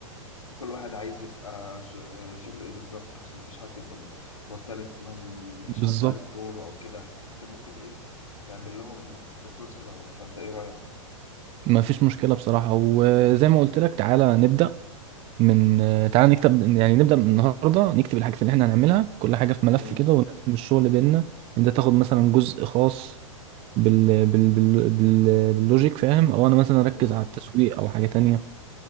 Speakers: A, on the left; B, on the right.
A: كل واحد عايز يبقى ش- شغله ايه بالظبط عشان مفيش حد يبقى م- مرتبك ما- مفيش
B: بالظبط
A: حد عارف دوره او كده ممكن ايه نعمل لهم الجزء دوت فانت ايه رأيك؟
B: ما فيش مشكلة بصراحة وزي ما قلت لك تعالى نبدأ من تعالى نكتب يعني نبدأ من النهاردة نكتب الحاجات اللي احنا هنعملها كل حاجة في ملف
A: مم.
B: كده ونقسم الشغل بيننا انت تاخد مثلا جزء خاص بال... بال... بال... بال... باللوجيك فاهم او انا مثلا اركز
A: مم.
B: على التسويق او حاجة تانية